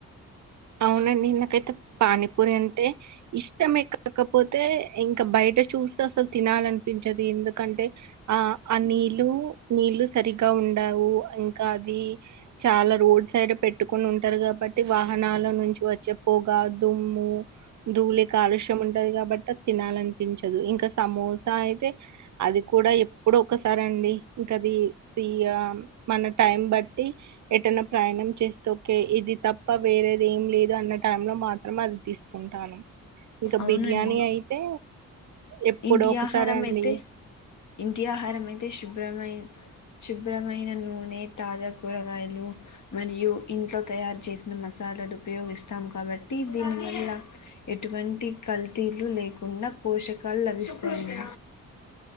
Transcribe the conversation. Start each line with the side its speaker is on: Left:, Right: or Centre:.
Right: అవునండి నాకైతే పానీపూరి అంటే ఇష్టమే కాకపోతే ఇంకా బయట చూస్తే అసలు తినాలనిపించది ఎందుకంటే ఆ ఆ నీళ్లు నీళ్లు సరిగా ఉండవు ఇంకా అది చాలా రోడ్ సైడ్ పెట్టుకుని ఉంటారు కాబట్టి వాహనాల నుంచి వచ్చే పొగ దుమ్ము ధూళి కాలుష్యం ఉంటది కాబట్టి తినాలని పించదు ఇంకా సమోసా అయితే అది కూడా ఎప్పుడో ఒకసారి అండి ఇంక అది తి ఆ మన టైం బట్టి ఎటైనా ప్రయాణం చేస్తోకే ఇది త ప్ప వేరేది ఏం లేదు అన్న టైం లో మాత్రం అది తీసుకుంటాను ఇంక
Left: అవునండి
Right: బిర్యానీ అయితే ఎప్పుడో
Left: ఇంటి
Right: ఒకసారి
Left: ఆహారం
Right: అండి
Left: అయితే ఇంటి ఆహారం అయితే శుభ్రమై శుభ్రమైన నూనె తాజా కూరగాయలు మరియు ఇంట్లో తయారు చేసిన మసాలాలు ఉపయోగిస్తాం కాబట్టి దీనివల్ల ఎటువం తి కల్తీలు లేకుండా పోషకాలు లభిస్తాయి